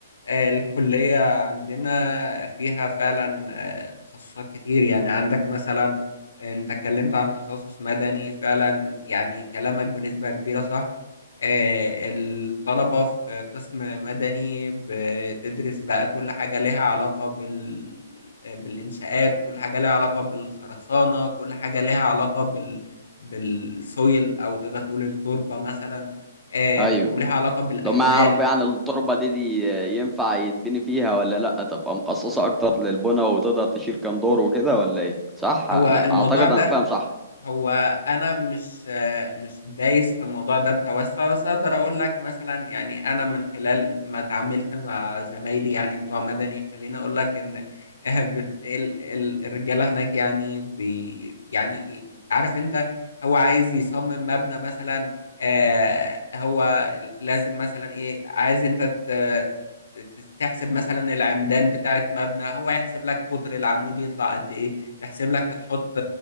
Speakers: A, on the left; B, in the centre.
A: آه، الكليه عندنا فيها فعلا آه، تخصصات كتير يعني عندك مثلا آه، انت اتكلمت عن تخصص مدني فعلا يعني كلامك بنسبه كبيره صح آه، الطلبة في قسم مدني بتدرس بقى كل حاجة لها علاقة بال... آه، بالإنشاءات كل حاجة لها علاقة بالخرسانة كل حاجة لها علاقة بال... بالسويل أو تقدر تقول التربة مثلا آم،
B: ايوه
A: ولها علاقة بالأحمال
B: طب ما اعرف يعني التربة دي دي ينفع يتبني فيها ولا لا تبقى مخصصة اكتر للبنى وتقدر تشيل كام دور وكده ولا ايه صح انا
A: هو الموضوع
B: اعتقد
A: ده
B: انا فاهم صح
A: هو انا مش مش دايس في الموضوع ده بتوسع بس اقدر اقول لك مثلا يعني انا من خلال ما اتعاملت مع زمايلي يعني بتوع مدني خليني اقول لك ان آه، بت- ال- ال- الرجاله هناك يعني بي يعني عارف انت هو عايز يصمم مبنى مثلا آه، هو لازم مثلا ايه عايز انت ت- ت- تحسب مثلا العمدان بتاعت مبنى هو يحسب لك قطر العمود يطلع قد ايه يحسب لك هتحط